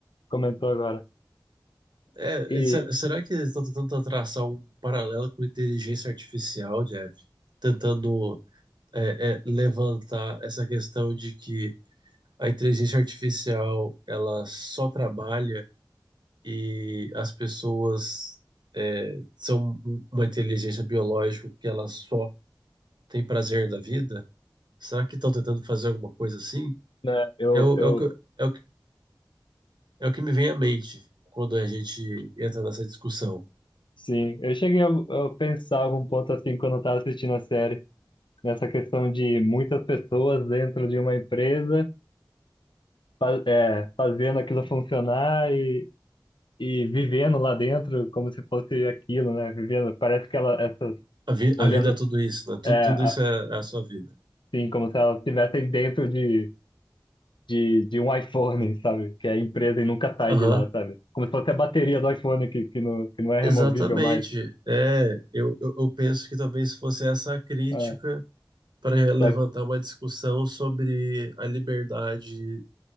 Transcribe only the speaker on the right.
É,
e se- será que eles estão tentando traçar um paralelo com inteligência artificial, Jeff? Tentando, é, é, levantar essa questão de que a inteligência artificial ela só trabalha e as pessoas é, são um, uma inteligência biológica que ela só tem prazer da vida? Será que estão tentando fazer alguma coisa assim?
É o,
é o que, é o que, é o que me vem à mente quando a gente entra nessa discussão.
A, vi,
a vida é tudo isso, né? Tudo,
tudo isso é é a sua vida.
Aham.
Exatamente.
É, eu, eu, eu penso que talvez fosse essa a crítica
para levantar
uma discussão sobre a liberdade